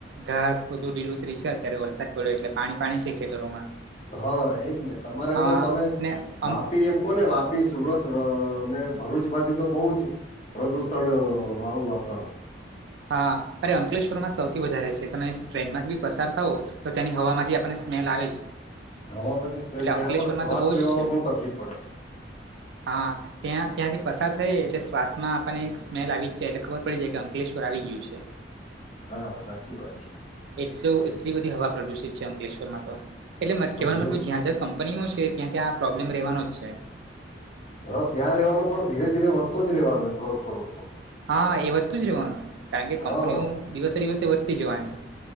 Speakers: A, on the right; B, on the left.
A: ઘાસ બધું ઢીલુંતરી છે, અત્યારે વરસાદ પડ્યો એટલે પાણી પાણી છે ખેતરોમાં
B: હા એજ ને તમારે
A: અ
B: તો તમે
A: ને અમ
B: વાપી એમ કોને વાપી વાપી સુરત ને ભરૂચ બાજુ તો બહુ જ પ્રદુષણ વાળું વાતાવરણ
A: હા અરે અંકલેશ્વર માં સૌથી વધારે છે તમે ટ્રેનમાંથી બી પસાર થાવો. તો તેની હવામાંથી આપણને સ્મેલ આવે જ.
B: હવામાંથી સ્મેલ
A: એટલે અંકલેશ્વરમાં
B: ત્યાં પણ શ્વાસ
A: તો બહુ જ
B: લેવામાં
A: છે
B: બહુ તકલીફ પડે.
A: હા ત્યાં ત્યાંથી પસાર થાય એટલે શ્વાસમાં આપણને એક સ્મેલ આવી જાય એટલે ખબર પડી જાય કે અંકલેશ ર આવી ગયું છે.
B: હા સાચી વાત છે.
A: એટ એટલી બધી હવા પ્રદુષિત છે, અંકલેશ્વરમાં તો એટલે કેહેવા
B: હમ
A: મત જ્યાં જ્યાં છે ત્યાં ત્યાં પ્રોબ્લેમ રહેવાનો જ છે.
B: હ ત્યાં રહેવાનું પણ ધીરે ધીરે વધતો જ રહેવાનું હોય થોડોક થોડોક તો.
A: હા એ વધતું જ રહેવાનું કારણ કે કંપનીઓ
B: હા
A: દિવસે દિવસે વધતી જવાની.